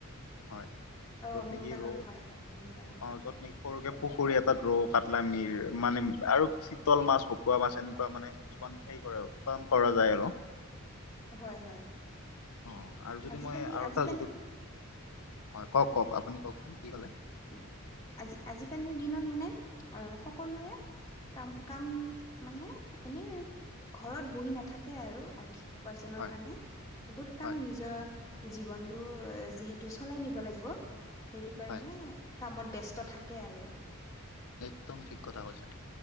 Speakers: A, on the left (about 80°); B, on the left (about 15°).
A: হয়। <inaudible>
B: অ
A: য'ত নেকি
B: মীন পালন
A: ৰৌ অ'
B: হয় হয় মীন পালন
A: য'ত নেকি সৰুকে পুখুৰী এটাত ৰৌ, কাটলা মিৰ মানে আৰু চিতল মাছ, ভকুৱা মাছ এনেকুৱা মানে কিছুমান হেৰি কৰে আৰু কাম কৰা যায় আৰু।
B: হয়' হয়'।
A: অ' আৰু যদি
B: আজিকালি
A: মই আৰু
B: আজিকালি
A: এটা যদি, হয়' কওঁক কওঁক আপুনি কওঁকচোন কি ক'লে?
B: উম' আজি-আজিকালিৰ দিনত মানে অহ' সকলোৱে কাম, কাম মানে এনেই আৰু ঘৰত বহি নাথাকে আৰু আথি উপাৰ্জনৰ
A: হয়
B: কাৰণে, বহুত
A: হয়
B: কাম নিজৰ জীৱনটো এ যিহেতু চলাই নিব লাগব। সেইটো কাৰণে
A: হয়
B: কামত ব্যস্ত থাকে আৰু।
A: একদম ঠিক কথা কৈছে